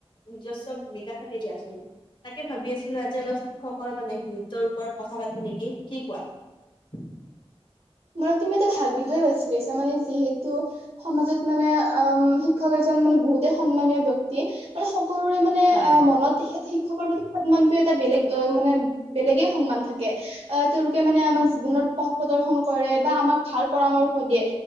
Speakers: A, on the left (about 50°); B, on the right (about 70°).
A: নিজস্ব ভূমিকা থাকে দিয়াচোন। তাকে ভাবি আছিলো আজি অলপ, শিক্ষকৰ মানে গুৰুত্বৰ ওপৰত কথা পাতো নেকি, কি কোৱা? <inaudible>
B: মানে তুমি এটা ভাল বিষয়ে বাছি হৈছা, মানে যিহেতু সমাজত মানে আহ উম শিক্ষক এজন মানে বহুতে সন্মানীয় ব্যক্তি, মানে সকলোৰে মানে
A: হয়
B: অ, মনত শিক শিক্ষকৰ প্ৰতি সন্মানটো এটা বেলেগ আহ এটা মানে বেলেগে সন্মান থাকে, আহ তেওঁলোকে মানে আমাক জীৱনৰ পথ প্ৰদৰ্শন কৰে, বা আমাক ভাল পৰামৰ্শ দিয়ে,